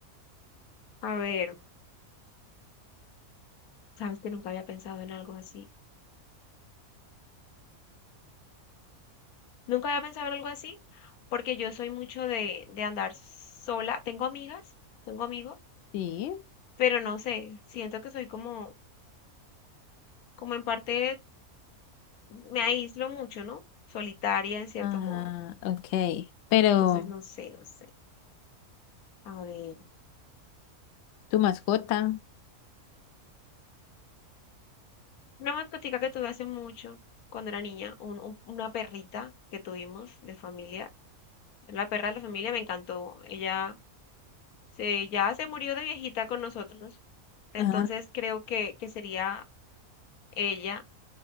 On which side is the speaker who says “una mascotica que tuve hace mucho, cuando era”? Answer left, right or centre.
Left